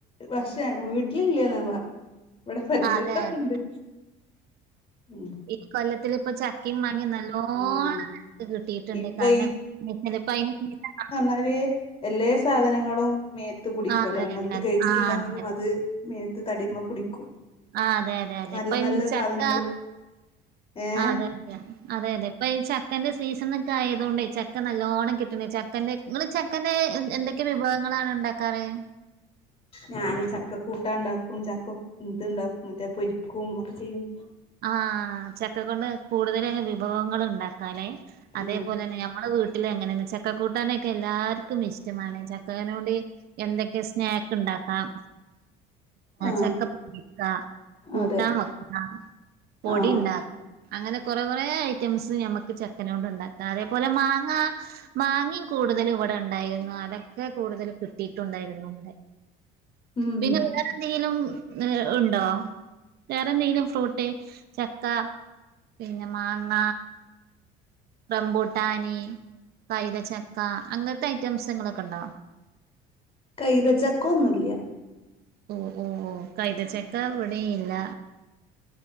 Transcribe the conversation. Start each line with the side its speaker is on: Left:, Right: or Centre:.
Left: പക്ഷേ വീട്ടില ഇല്ലന്നഞൻ പറഞ്ഞത് ഇവിടെ പരിസരത്തൊക്കെ
Right: അതെ അതെ
Left: ഉണ്ട് ഉ
Right: ഈ കൊല്ലത്തി ഇപ്പ ചക്കയും മാങ്ങയും നല്ല നല്ലോണം
Left: ഉം
Right: കിട്ടിയിട്ടുണ്ട്
Left: ഇപ്പൊ
Right: കാരണം <unintelligible>
Left: അവര് എല്ലാ സാധനങ്ങളും മേത്ത് പടിക്കല്ലേ
Right: ആഹ്
Left: നമ്മള
Right: അതെ
Left: എന്ത്
Right: അതെ അതെ
Left: കഴിച്ചിട്ടുണ്ടെങ്കിലും
Right: ആഹ് അതെ അതെ
Left: അത് മേത്ത് തടിയ്മ പിടിക്കും
Right: ആഹ് അതെ അതെ അതെ
Left: നല്ല
Right: ഇപ്പൊ ഇ
Left: നല്ല
Right: ചക്ക
Left: സാധനങ്ങള് ഏഹ്
Right: അതെ അതെ അതെ അതെ ഇപ്പൊ ഈ ചക്കന്റെ സീസൺ ഒക്കെ ആയതുകൊണ്ട് ച ചക്കെ നല്ല ഓണം കിട്ടണ ചക്കന്റെ നിങ്ങള് ചക്കന്റെ എന്തൊക്കെ വിഭവങ്ങളാണ് ഉണ്ടാക്കാറ്
Left: ഞാൻ ചക്ക കൂട്ട ഉണ്ടാക്കും ചക്ക ഇതുണ്ടാക്കും മറ്റേ പൊരിക്കും ഒക്കെ ചെയ്യും
Right: ആഹ് ചക്ക കൊണ്ട് കൂടുതലങ്‌ വിഭവങ്ങള് ഉണ്ടാ കലെ അതേപോലെ
Left: ഉം
Right: തന്നെ നമ്മെ വീട്ട് വീട്ടില് അങ്ങനന്നെ ചക്ക കൂട്ടാനൊക്കെ എല്ലാർക്കും ഇഷ്ടമാണ് ചക്കനോണ്ട് എന്തൊക്കെ സ്നാക്ക് ഉണ്ടാക്കാം
Left: ആഹ്
Right: ചക്കപ്പ ണ്ടാക്കാം കൂട്ടാൻ
Left: അതെ
Right: വെക്കാം പൊടി
Left: ആഹ്
Right: ഉണ്ടാക്ക അങ്ങനെ കൊറെ കുറേ ഐറ്റംസ് ഞമ്മക്ക് ചക്കന കൊണ്ട് ഉണ്ടാക്കാം അതേപോലെ മാങ്ങ മാങേമം കൂടുതലും ഇവിടെ ഉണ്ടായിരുന്നു അതൊക്കെ കൂടുതൽ കിട്ടിയിട്ടുണ്ടായിരുന്നു ഇവിടെ
Left: ഉം
Right: പിന്നെ വേറെന്തെങ്കിലും ഉണ്ടോ വേറെന്തെങ്കിലും ഫ്രൂട്ട് ട്ട് ചക്ക പിന്നെ മാങ്ങ റമ്പൂട്ടാന് കൈതച്ചക്ക അങ്ങന് ത്തെ ഐറ്റംസ്ങ്ങളൊക്കെ ഉണ്ടോ?
Left: കൈതച്ചക്ക ഒന്നുല്യ
Right: ഓ ഓ ഓ കൈതച്ചക്ക ഇവിടെയില്ല